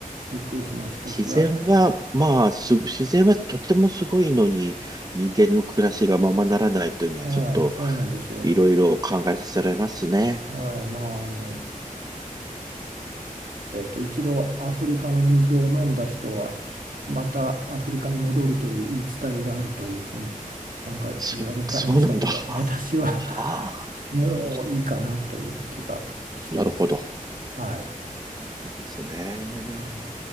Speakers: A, on the right (about 70°); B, on the right (about 25°).
A: びっくりしましたし、
B: 自然は、
A: あ、
B: まあ、す、自然はとてもすごいのに、人間の暮らしがままならないというのは、
A: はい、
B: ちょっと、
A: そうなんですよ。
B: いろいろ考えさせられますね。
A: はい、まあ、あの、えっと、一度アフリカの水を飲んだ人は、またアフリカに戻るという言い伝えがあるというふうになんか言われてましたけど、
B: そ、そうなんだ。
A: 私は
B: ああ、
A: <laughs> もういいかなという気がしてます。
B: なるほど。
A: はい。
B: ですね。
A: はい